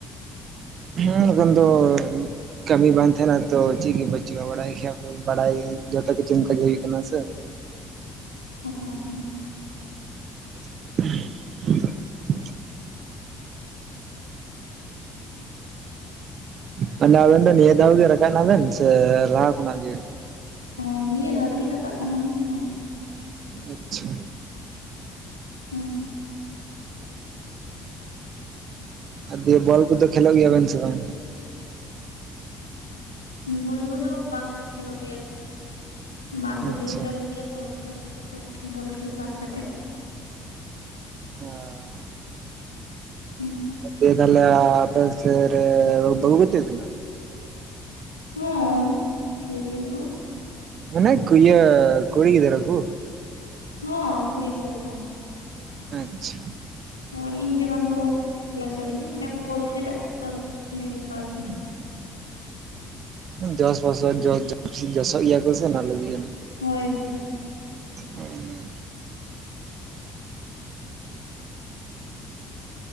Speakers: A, on the right; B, on the left.
A: ᱦᱩᱸ ᱮᱠᱷᱚᱱ ᱫᱚ᱾ ᱠᱟᱹᱢᱤ ᱵᱟᱝ ᱛᱟᱦᱮᱱᱟ ᱛᱚ ᱪᱤᱜᱤ ᱵᱟᱹᱪᱩᱜ-ᱟ ᱵᱟᱲᱟᱭ ᱜᱮᱭᱟ ᱯᱮ ᱵᱟᱲᱟᱭ ᱡᱚᱛᱚ ᱠᱤᱪᱷᱩ ᱚᱱᱠᱟ ᱜᱮ ᱦᱩᱭ ᱠᱟᱱᱟ ᱥᱮ᱾
B: ᱦᱮᱸ ᱦᱮᱸ᱾
A: <inaudible> ᱢᱟᱱᱮ ᱟᱵᱮᱱ ᱫᱚ ᱱᱤᱭᱟᱹ ᱫᱷᱟᱣ ᱜᱮ ᱨᱟᱠᱟᱵ ᱱᱟᱵᱮᱱ ᱥᱮ ᱞᱟᱦᱟ ᱠᱷᱚᱱᱟᱜ ᱜᱮ᱾
B: ᱦᱚᱸ ᱱᱤᱭᱟᱹ ᱫᱷᱟᱣ ᱜᱮᱞᱤᱧ ᱨᱟᱠᱟᱜ ᱠᱟᱱᱟ᱾ ᱦᱳᱭ
A: ᱟᱪᱪᱷᱟ᱾
B: ᱦᱮᱸ
A: ᱟᱨ ᱫᱤᱭᱮ ᱵᱚᱞ ᱠᱩᱫᱚ ᱠᱷᱮᱞᱳᱜ ᱜᱮᱭᱟᱵᱮᱱ ᱥᱮ ᱵᱟᱝ᱾
B: ᱵᱚᱞ ᱠᱚᱫᱚ ᱵᱟᱝᱞᱤᱧ ᱠᱷᱮᱞᱳᱜ ᱜᱮᱭᱟ ᱟᱞᱤᱧ ᱫᱚ ᱵᱟᱝ ᱠᱚ
A: ᱟᱪᱪᱷᱟ
B: ᱠᱷᱮᱞ ᱦᱚᱪᱚᱣᱟᱞᱤᱧ ᱜᱮᱭᱟ ᱵᱚᱞ ᱠᱚᱫᱚ ᱞᱟᱹᱭ ᱟ ᱵᱚᱞ ᱠᱷᱮᱞ ᱵᱟᱫ ᱠᱟᱛᱮᱜ᱾
A: ᱚ᱾
B: ᱦᱚᱸ
A: <unintelligible> ᱟᱯᱮ ᱥᱮᱜᱨᱮ ᱵᱟᱹᱠᱩ ᱜᱟᱹᱛᱤᱜ ᱛᱟᱦᱮᱱᱟ᱾
B: ᱦᱚᱸ ᱠᱷᱮᱞ ᱜᱮᱭᱟ ᱠᱚ᱾
A: ᱢᱟᱱᱮ ᱤᱭᱟᱹ ᱠᱩᱲᱤ ᱜᱤᱫᱽᱨᱟᱹ ᱠᱩ᱾
B: ᱦᱚᱸ ᱠᱩᱲᱤ ᱜᱤᱫᱽᱨᱟᱹ ᱠᱩ᱾
A: ᱟᱪᱪᱷᱟ᱾
B: ᱛᱚ ᱟᱞᱤᱧ ᱜᱮ ᱵᱟᱝᱠᱚ ᱪᱟᱞᱟ ᱦᱚᱪᱚᱣᱟᱞᱤᱧᱟ ᱢᱟᱱᱮ ᱵᱚᱞ ᱠᱷᱮᱞᱟᱜ ᱛᱚᱞ ᱱᱤᱭᱟᱹ ᱠᱚ ᱟᱨᱠᱤ᱾
A: ᱟᱸ ᱡᱚᱥ ᱵᱚᱥᱚᱨ ᱡᱚᱥ ᱡᱚᱥ ᱡᱚᱥᱚᱜ ᱜᱤᱭᱟ ᱠᱩ ᱥᱮ ᱚᱱᱟᱞᱟᱹᱜᱤ ᱠᱟᱱᱟ᱾
B: ᱦᱳᱭ ᱦᱳᱭ᱾
A: ᱱᱮᱜ ᱱᱤᱭᱟᱹ᱾